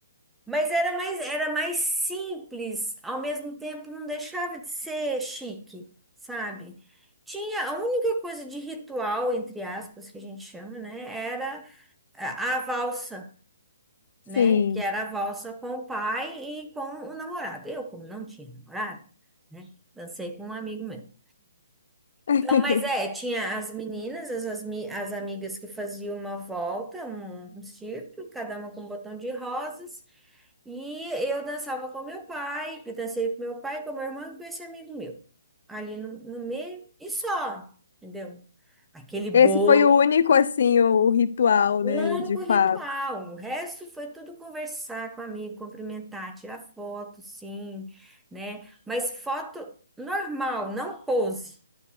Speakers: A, in the centre; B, on the left.
A: Mas era mais, era mais simples, ao mesmo tempo não deixava de ser chique, sabe? Tinha a única coisa de ritual, entre aspas, que a gente chama, né? Era a, a valsa, né?
B: Sim.
A: Que era a valsa com o pai e com o namorado. Eu, como não tinha namorado, né? Dancei com um amigo meu.
B: <laughs>
A: Então, mas é, tinha as meninas, as, as, mi- as amigas que faziam uma volta, um, um círculo, cada uma com um botão de rosas. E eu dançava com meu pai, que dancei com meu pai, com meu irmão e com esse amigo meu. Ali no, no meio e só, entendeu? Aquele bolo,
B: Esse foi o único, assim, o, o ritual,
A: o
B: né,
A: único
B: de fato.
A: ritual. O resto foi tudo conversar com amigo, cumprimentar, tirar foto, sim, né? Mas foto normal, não pose,